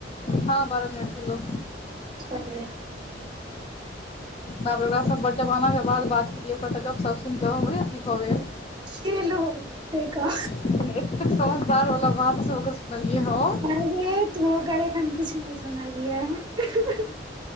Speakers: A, on the left; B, on the right.
A: हँ बारह मिनट भैलो
B: छलिए
A: बाप रे बाप ओकरा बड़ जमाना के बात बात केलियै ओकर तऽ गपशप सुनि कऽ हमरे अथी भऽ गेल
B: सेलु से का
A: एतेक सो सार वाला बात से ओकर सुनलियै हम
B: कहै तू ओकर एखन किछु नहि सुनलियै